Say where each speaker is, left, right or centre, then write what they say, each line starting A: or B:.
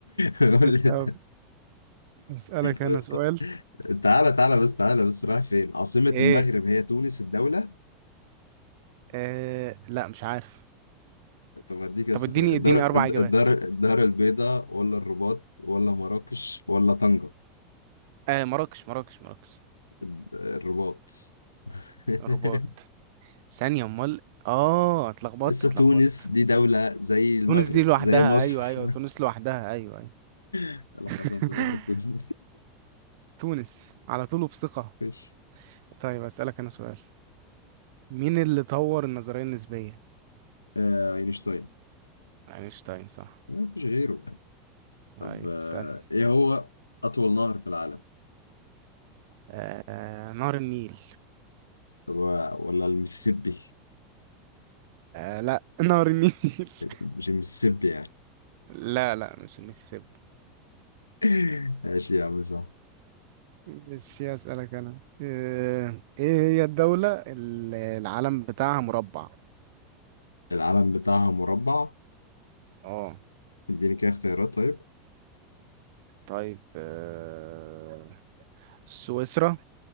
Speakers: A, on the left; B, on the right.
A: قول لي
B: طب أسألك أنا
A: بس
B: سؤال
A: تعالى تعالى بس تعالى بس رايح فين؟ عاصمة
B: إيه؟
A: المغرب هي تونس الدولة
B: أه... لا مش عارف
A: طب اديك يا
B: طب
A: سفر
B: اديني
A: الدار
B: اديني أربع
A: الد-
B: إجابات
A: الدار الدار البيضاء ولا الرباط ولا مراكش ولا طنجة
B: آه مراكش مراكش مراكش
A: الد- الرباط <laughs>
B: الرباط ثانية امال اه اتلخبطت
A: لسه
B: اتلخبطت
A: تونس دي دولة زي المغرب
B: تونس دي لوحدها
A: زي مصر
B: ايوه ايوه
A: <laughs>
B: تونس لوحدها ايوه ايوه
A: قال لك
B: <laughs>
A: عاصمة المغرب تونس <laughs>
B: تونس على طول وبثقة
A: مفيش
B: طيب اسألك انا سؤال مين اللي طور النظرية النسبية
A: آه، اينشتاين
B: اينشتاين صح
A: ما فيش غيره
B: طيب
A: طب آه،
B: اسألني
A: ايه هو اطول نهر في العالم
B: آه نهر النيل
A: طب آه، ولا المسيسيبي
B: آه لا <laughs> نهر النيل <laughs>
A: مش المسيسيبي يعني
B: لا لا مش المسيسيبي
A: <laughs> ماشي يا عم صح
B: مش اسألك انا آه ايه هي الدولة اللي العلم بتاعها مربع
A: العلم بتاعها مربع
B: اه
A: اديني كده اختيارات طيب
B: طيب آه سويسرا